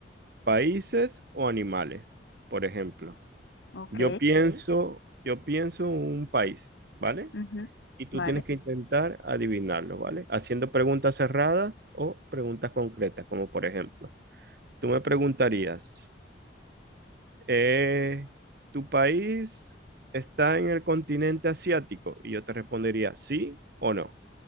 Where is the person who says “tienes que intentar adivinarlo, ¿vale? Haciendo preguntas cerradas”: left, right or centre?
Right